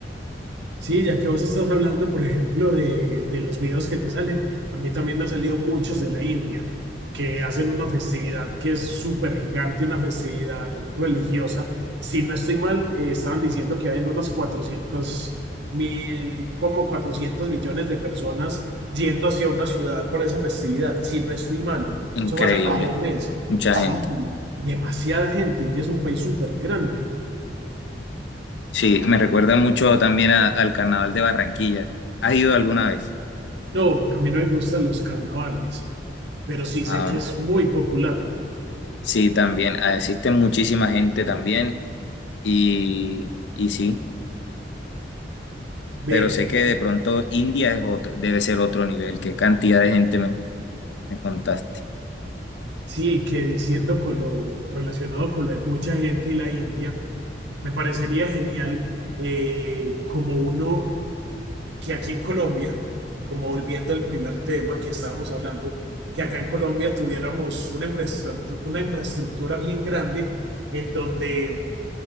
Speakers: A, on the right; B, on the left.
A: Sí, ya que vos estás hablando, por ejemplo, de, de los videos que te salen, a mí también me han salido muchos de la India, que hacen una festividad que es súper gigante, una festividad religiosa. Si no estoy mal, eh, estaban diciendo que hay unas cuatrocientos mil, como 400 millones de personas yendo hacia una ciudad por esa festividad. Si no estoy mal,
B: increíble.
A: eso fue hace como un mes.
B: Mucha
A: Sí,
B: gente.
A: demasiada gente. India es un país súper grande.
B: Sí, me recuerda mucho también a- al Carnaval de Barranquilla. ¿Has ido alguna vez?
A: No, a mí no me gustan los carnavales. pero sí sé
B: Ah,
A: que es muy popular.
B: sí, también. Ah, Existe muchísima gente también y, y sí,
A: Ve,
B: pero sé que de pronto India es otro, debe ser otro nivel. ¿Qué cantidad de gente me, me contaste?
A: sí, que diciendo con lo relacionado con lo de mucha gente y la India, me parecería genial eh, como uno que aquí en Colombia, como volviendo al primer tema que estábamos hablando, que acá en Colombia tuviéramos una infraestructura, una infraestructura bien grande en donde